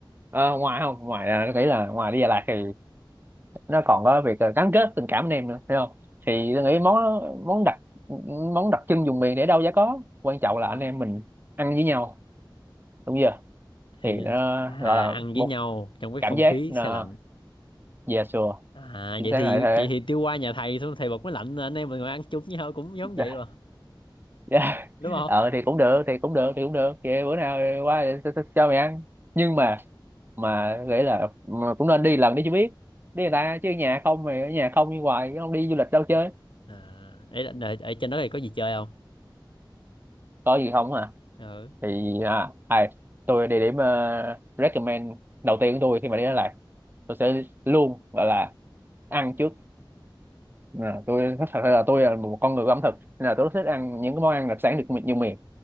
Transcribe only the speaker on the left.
Ờ,
thì
à
ăn với
nhau trong cái
không
khí
xe lạnh
à
vậy
thì
vậy
thì tiêu qua nhà thầy xong thầy bật máy lạnh anh em mình ngồi ăn chung với nhau cũng giống
vậy mà
đúng không
à ấy là ở, ở trên đó thì có gì chơi không
ừ.